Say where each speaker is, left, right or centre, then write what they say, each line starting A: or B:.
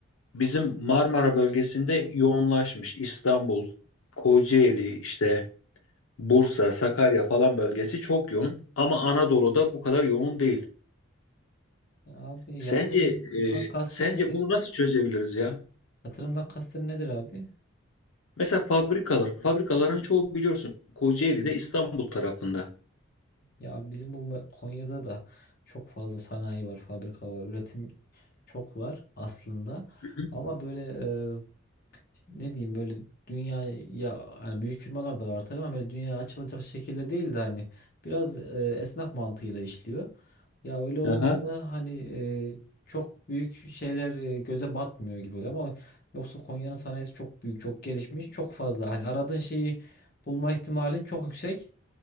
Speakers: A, on the left; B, on the left.
A: bizim Marmara bölgesinde yoğunlaşmış. İstanbul, Kocaeli, işte. Bursa, Sakarya falan bölgesi çok yoğun ama Anadolu'da bu kadar yoğun değil.
B: Abi
A: Sence
B: yatırımdan
A: e,
B: kastın
A: sence
B: nedir?
A: bunu nasıl çözebiliriz ya?
B: Yatırımdan kastın nedir abi?
A: Mesela fabrikalar, fabrikaların çoğu biliyorsun Kocaeli'de İstanbul tarafında.
B: Ya bizim bu me- Konya'da da çok fazla sanayi var, fabrika var, üretim çok var aslında.
A: Hı hı.
B: Ama böyle e, ne diyeyim böyle dünyaya hani büyük firmalar da var tabii ama böyle dünyaya açılacak şekilde değil de hani biraz e, esnaf mantığıyla işliyor. Ya öyle olunca
A: Aha.
B: da hani e, çok büyük şeyler e, göze batmıyor gibi oluyor ama yoksa Konya'nın sanayisi çok büyük, çok gelişmiş, çok fazla hani aradığın şeyi bulma ihtimalin çok yüksek.